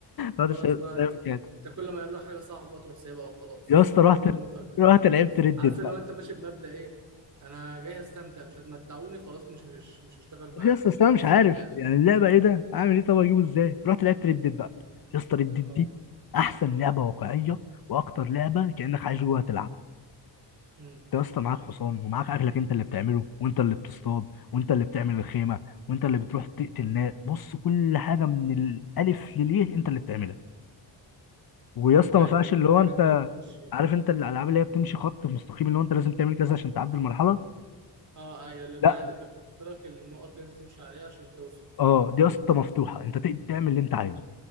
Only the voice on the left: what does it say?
رحت
شا-
سايب
كده
يا اسطى رحت
رحت لعبت ردد
بقى
يا اسطى أصل انا
مش عارف
يعني اللعبه ايه ده اعمل ايه طب اجيبه ازاي رحت لعبت ردد بقى يا اسطى ردد
دي احسن لعبه واقعيه واكتر لعبه كانك عايش جواها تلعب
انت يا اسطى معاك حصان ومعاك اكلك انت اللي بتعمله وانت اللي بتصطاد وانت اللي بتعمل الخيمه وانت اللي بتروح تقتل ناس بص كل حاجه من الالف لليه انت اللي بتعملها ويا اسطى
ما فيهاش
اللي هو
انت
عارف انت الالعاب اللي هي بتمشي خط في مستقيم اللي هو انت لازم تعمل كذا عشان تعدي المرحله
لا
اه دي يا اسطى مفتوحه انت تقدر تعمل اللي انت عايزه